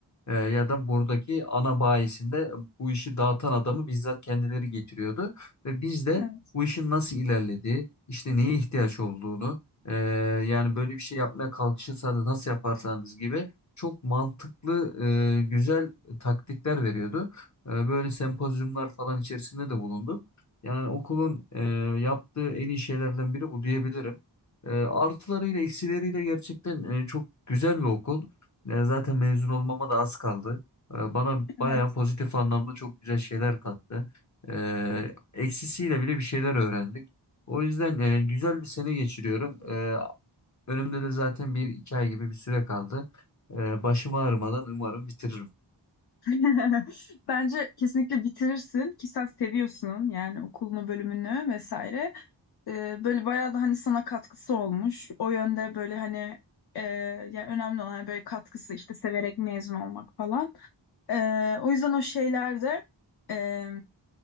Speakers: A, on the left (about 40°); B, on the left (about 60°).
A: Ee, ya da buradaki ana bayisinde bu işi dağıtan adamı bizzat kendileri getiriyordu. Ve biz de
B: Evet.
A: bu işin nasıl ilerlediği, işte neye ihtiyaç olduğunu, ee, yani böyle bir şey yapmaya kalkışırsanız nasıl yaparsanız gibi çok mantıklı, ee, güzel taktikler veriyordu. Ee, böyle sempozyumlar falan içerisinde de bulundu. Yani okulun ee, yaptığı en iyi şeylerden biri bu diyebilirim. Ee, artılarıyla eksileriyle gerçekten ee, çok güzel bir okul. Ya zaten mezun olmama da az kaldı. Ee, Bana bayağı
B: evet.
A: pozitif anlamda çok güzel şeyler kattı. Ee, eksisiyle bile bir şeyler öğrendik. O yüzden e, güzel bir sene geçiriyorum. Ee, önümde de zaten bir iki ay gibi bir süre kaldı. Ee, başım ağrımadan umarım bitiririm.
B: <laughs> Bence kesinlikle bitirirsin ki sen seviyorsun yani okulunu, bölümünü vesaire. E, böyle bayağı da hani sana katkısı olmuş. O yönde böyle hani e, yani önemli olan hani böyle katkısı işte severek mezun olmak falan. E, o yüzden o şeylerde e,